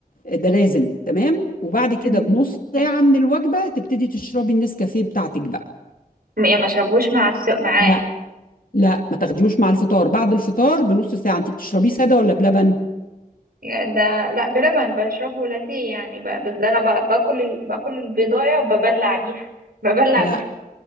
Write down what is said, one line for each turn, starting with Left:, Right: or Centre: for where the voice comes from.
Left: ده لازم تمام وبعد كده
Right: تمام
Left: بنص ساعة من الوجبة تبتدي تشربي النسكافيه بتاعتك بقى
Right: يعني ما اشربهوش مع الس... معاه
Left: لا لا ما تاخديهوش مع الفطار بعد الفطار بنص ساعة انت بتشربيه سادة ولا بلبن
Right: يعني ده لا بلبن بشربه لاتيه يعني ب... بس ده انا ب... باكل ال... باكل البيضايه وببلع بيها <laughs> ببلع
Left: لا
Right: بال...